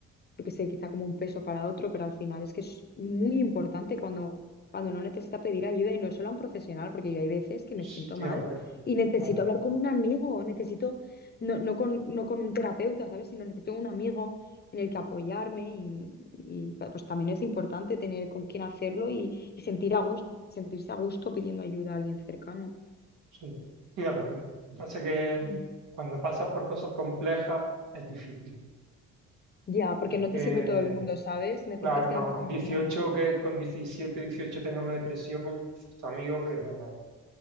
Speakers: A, on the left; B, on the right.
A: yo que sé, quizá como un peso para otro, pero al final es que es muy importante cuando, cuando uno necesita pedir ayuda y no solo a un profesional, porque yo hay veces que me
B: Estoy
A: siento mal
B: de acuerdo,
A: y necesito
B: claro,
A: hablar con un amigo, necesito, no, no con, no con un terapeuta, ¿sabes? Sino necesito un amigo en el que apoyarme y, y, pues también es importante tener con quién hacerlo y, y sentir a gusto, sentirse a gusto pidiendo ayuda a alguien cercano.
B: sí, estoy de acuerdo. Lo que pasa es que
A: Mm.
B: cuando pasas por cosas complejas es difícil,
A: Ya, porque
B: porque,
A: no te sirve todo el mundo, ¿sabes? Necesitas
B: claro,
A: tener
B: no,
A: confianza.
B: con 18 que con diecisiete dieciocho tenga una depresión, tus amigos que te van a...